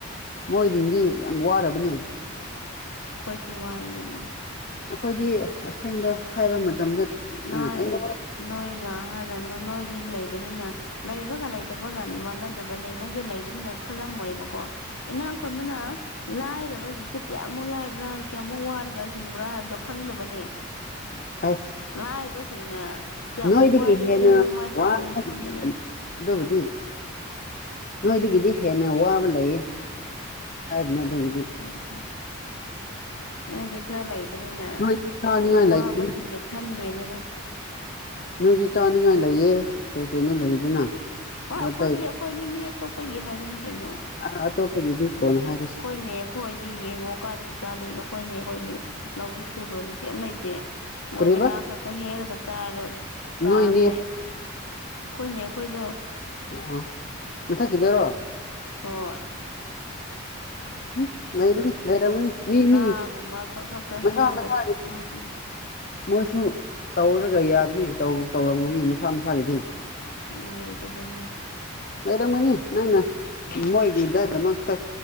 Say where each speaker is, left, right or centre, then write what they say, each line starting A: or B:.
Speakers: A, on the left; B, on the left.
A: ꯃꯣꯏꯖꯤꯡꯗꯤ ꯌꯥꯝ ꯋꯥꯔꯕꯅꯦ
B: ꯈꯣꯏꯁꯨ ꯋꯥꯏꯑꯦꯗꯅ
A: ꯑꯩꯈꯣꯏꯗꯤ ꯑꯥꯁꯦꯡꯕ ꯍꯥꯏꯕ ꯃꯇꯝꯗ
B: ꯅꯣꯏ-ꯅꯣꯏꯅ
A: ꯑ ꯑꯩ
B: ꯍꯥꯏꯔꯅꯨ ꯅꯣꯏ ꯂꯩꯕꯅꯤꯅ ꯂꯩꯕꯒ-ꯂꯩꯇꯕꯒ ꯃꯥꯟꯅꯗꯕꯅꯦ ꯅꯣꯏꯖꯦ ꯂꯩꯕꯅꯤꯅ ꯈꯜꯂꯝꯃꯣꯏꯑꯥꯕ ꯀꯣ ꯏꯅꯥꯛ ꯈꯨꯟꯕꯅ ꯂꯥꯏꯔꯕꯒꯤ ꯁꯤ ꯀꯌꯥꯃꯨꯛ ꯂꯥꯏꯔꯕ꯭ꯔꯥ-ꯀꯌꯥꯃꯨꯛ ꯋꯥꯔꯒ ꯍꯤꯡꯕ꯭ꯔꯥ ꯍꯥꯏꯕꯗꯣ ꯈꯪꯗꯕꯅꯦ
A: ꯑꯁ
B: ꯂꯥꯏꯔꯕꯁꯤꯡꯅ ꯀꯌꯥꯃꯨꯛ
A: ꯅꯣꯏꯗꯒꯤ
B: ꯋꯥꯏ
A: ꯍꯦꯟꯅ
B: -ꯀꯌꯥꯃꯨꯛ ꯀꯃꯥꯏꯅ ꯇꯧꯏ
A: ꯋꯥꯕ
B: ꯈꯪꯕꯅꯦ
A: ꯑꯗꯨꯕꯨꯗꯤ ꯅꯣꯏꯗꯒꯤꯗꯤ ꯍꯦꯟꯅꯥꯋꯥꯕ ꯂꯩꯌꯦ ꯍꯥꯏꯒꯅꯣ ꯑꯗꯨ ꯒꯤꯗꯤ
B: ꯅꯣꯏꯗꯤ ꯅꯣꯏꯗꯤ ꯈꯔꯥ ꯂꯩꯕꯅꯤꯅ
A: ꯅꯣꯏꯗꯤ ꯆꯥꯅꯤꯡꯉꯥꯏ
B: ꯑꯋꯥ
A: ꯂꯩꯗꯅ
B: ꯋꯥꯕꯁꯤꯡꯒꯤ ꯈꯟꯗꯦꯗꯅ INAUDIBLE
A: ꯅꯣꯏꯒꯤ ꯆꯥꯅꯤꯉꯥꯏ ꯂꯩꯌꯦ ꯀꯩ- ꯀꯩꯅꯣ ꯂꯩꯗꯅ
B: ꯑꯣꯏ
A: ꯑꯗꯣ
B: ꯑꯩꯈꯣꯏꯕꯨꯗꯤ
A: ꯑꯇꯩ
B: ꯑꯩꯈꯣꯏꯅꯤ ꯃꯤ ꯑꯇꯣꯞꯄꯒꯤ ꯍꯥꯏꯕꯅꯤ ꯀꯩꯅꯣ
A: ꯑꯥ ꯑꯇꯣꯞꯄꯒꯤꯗꯤ ꯀꯣꯟꯅ ꯍꯥꯏꯔꯁꯤ
B: ꯈꯣꯏꯅꯦ ꯑꯩꯈꯣꯏꯗꯤ ꯌꯦꯡꯉꯣ ꯀꯥꯏꯗꯒꯤ ꯆꯥꯗꯣꯏꯅꯣ ꯈꯣꯏꯅꯦ ꯑꯩꯈꯣꯏꯗꯤ ꯂꯧꯖꯨ ꯁꯨꯗꯕꯅꯤ ꯀꯩꯝ ꯂꯩꯇꯦ ꯃꯣꯏꯗꯤ
A: ꯀꯔꯤꯕ
B: ꯂꯥ ꯈꯛꯇ ꯍꯦꯛꯑꯒ ꯆꯥꯔꯒ ꯆꯥꯕꯅꯦ
A: ꯅꯣꯏꯅꯦ
B: ꯈꯣꯏꯅꯦ ꯈꯣꯏꯗꯣ
A: ꯑꯣꯑꯣ ꯃꯊꯛꯀꯤꯗꯔꯣ
B: ꯍꯣ ꯑꯣꯢ
A: ꯍꯨꯡ ꯂꯩꯕꯅꯤ ꯂꯩ ꯇꯧꯒꯅꯤ ꯃꯤ
B: ꯂꯥꯒꯨꯝꯕ
A: ꯃꯤ
B: ꯈꯛ ꯈꯛꯇ
A: ꯃꯁꯥ
B: ꯍꯦꯛꯔꯒ
A: ꯃꯁꯥꯒꯤ
B: ꯆꯥꯕꯅꯦ
A: ꯃꯣꯏꯖꯨ ꯇꯧꯔꯒ ꯌꯥꯕꯅꯤ ꯇꯧꯇꯧꯔꯝꯒꯅꯤ ꯃꯁꯥ ꯃꯁꯥꯒꯤꯗꯤ
B: ꯎꯪ ꯂꯩꯇꯕꯅꯤ
A: ꯂꯩꯔꯝꯒꯅꯤ ꯅꯪꯅꯥ ꯃꯣꯏꯒꯤꯗ -ꯗꯃꯛꯇ